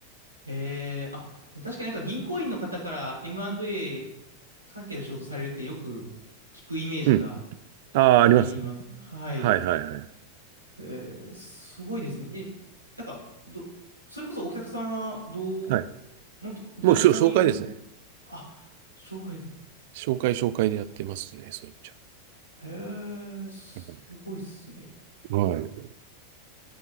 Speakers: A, on the right (about 85°); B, on the right (about 50°).
A: えー、あ、確かになんか銀行員の方から M&A 関係の仕事されるってよく聞くイメージが
B: うん。ああ、
A: あります。
B: あります。
A: はい。
B: はいはいはい。
A: えー、すごいですね。え、なんか、ど、それこそお客さんはどう、
B: はい。
A: もっと銀行員、
B: もうしょ紹介ですね。
A: あ、紹介で。
B: 紹介紹介でやってますね、そういう意味じゃ。
A: へえ、すごいっすね。
B: うんはい。